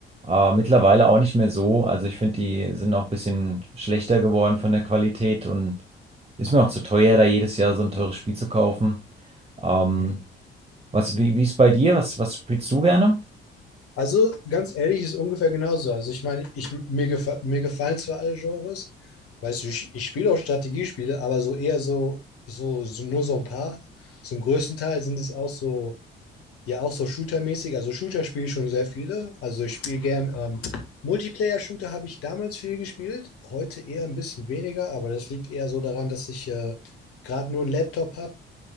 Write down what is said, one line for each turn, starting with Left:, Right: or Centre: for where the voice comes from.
Right: Äh, mittlerweile auch nicht mehr so. Also ich finde, die sind auch ein bisschen schlechter geworden von der Qualität und ist mir auch zu teuer, da jedes Jahr so ein teures Spiel zu kaufen. Ähm,
Left: Mhm.
Right: was, wie, wie ist bei dir? Was, was spielst du gerne?
Left: Also ganz ehrlich, ist ungefähr genauso. Also ich meine, ich, mir, gefa mir gefallen zwar alle Genres, weißt du, ich, ich spiele auch Strategiespiele, aber so eher so, so, so nur so ein paar. Zum größten Teil sind es auch so, ja auch so Shooter-mäßig. Also Shooter spiele ich schon sehr viele. Also ich spiele gern ähm, Multiplayer-Shooter habe ich damals viel gespielt, heute eher ein bisschen weniger, aber das liegt eher so daran, dass ich äh, gerade nur einen Laptop habe